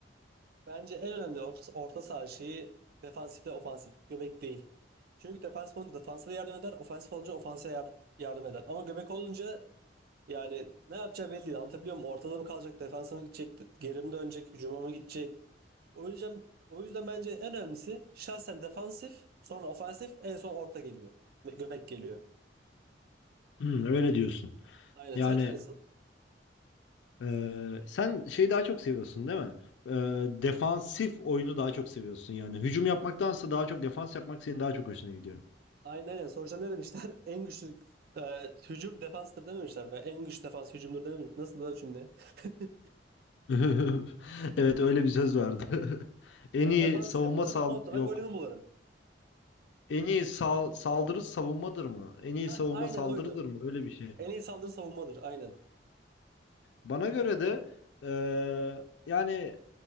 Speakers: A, on the right; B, on the left.
A: Bence en önemli orta, orta saha şeyi defansif ve ofansif. Göbek değil. Çünkü defansif olunca defansa yardım eder, ofansif olunca ofansa yar- yardım eder. Ama göbek olunca Yani ne yapacağı belli değil. Anlatabiliyor muyum? Ortada mı kalacak, defansa mı gidecek, geri mi dönecek, hücuma mı gidecek? O yüzden o yüzden bence en önemlisi şahsen defansif, sonra ofansif, en son orta geliyor. Ve Göbek geliyor.
B: Hmm, öyle diyorsun.
A: Aynen.
B: Yani
A: Sence nasıl?
B: e, sen şeyi daha çok seviyorsun değil mi? E, defansif oyunu daha çok seviyorsun yani. Hücum yapmaktansa daha çok defans yapmak senin daha çok hoşuna gidiyor.
A: Aynen. aynen. Sonuçta ne demişler? <laughs> En güçlü e, hücum defanstır dememişler. Ve en güçlü defans hücumdur dememiş. Nasıl da cümle? <laughs>
B: <laughs> Evet öyle bir söz vardı. <laughs> En
A: Ben
B: iyi
A: defans
B: savunma
A: yaparım,
B: sal
A: kontradan
B: yok.
A: golümü bularım.
B: En iyi sal saldırı savunmadır mı? En iyi
A: Heh,
B: savunma
A: aynen
B: saldırıdır
A: oydu.
B: mı? Öyle bir şey.
A: En iyi saldırı savunmadır. Aynen.
B: Bana göre de e, yani